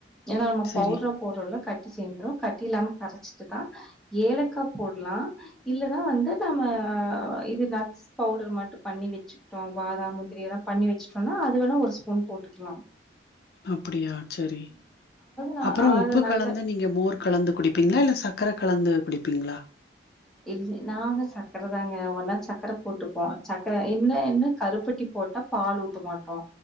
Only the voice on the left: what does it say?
சரி.
அப்டியா சரி
அப்பறொ
உப்பு
கலந்து நீங்க மோர் கலந்து குடிப்பீங்ளா இல்ல சக்கர கலந்து குடிப்பீங்ளா